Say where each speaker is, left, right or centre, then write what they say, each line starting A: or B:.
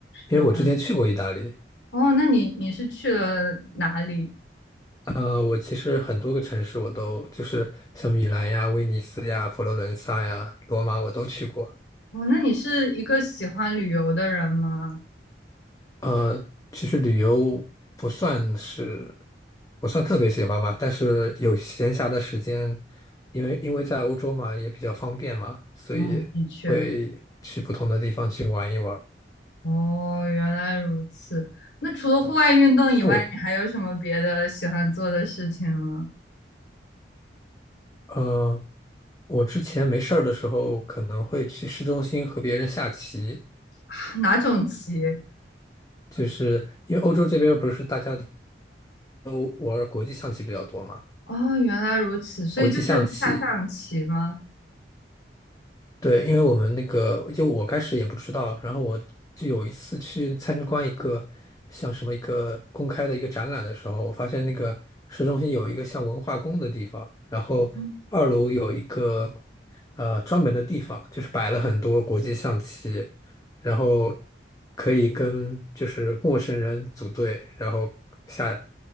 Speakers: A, on the left; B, on the left.
A: 因为我之前去过意大利，
B: 是的，哦，那你你是去了哪里？
A: 呃，我其实很多个城市我都就是像米兰呀、威尼斯呀、佛罗伦萨呀、罗马我都去过。
B: 哦，那你是一个喜欢旅游的人吗？
A: 呃，其实旅游不算是不算特别喜欢吧，但是有闲暇的时间，因为因为在欧洲嘛，也比较方便嘛，所以会去不同的地方去玩一玩。
B: 哦，的确。哦，原来如此。那除了户外运动以外，
A: 那我
B: 你还有什么别的喜欢做的事情吗？
A: 呃，我之前没事儿的时候，可能会去市中心和别人下棋，
B: <laughs> <sucks teeth> 哪种棋？
A: 就是因为欧洲这边不是大家都玩儿国际象棋比较多嘛，
B: 哦，原来如此，所以就是下象棋吗？
A: 国际象棋。对，因为我们那个，就我开始也不知道，然后我就有一次去参观一个像什么一个公开的一个展览的时候，我发现那个市中心有一个像文化宫的地方，然后二楼有一个
B: 嗯
A: 呃专门的地方，就是摆了很多国际象棋，然后可以跟就是陌生人组队，然后下，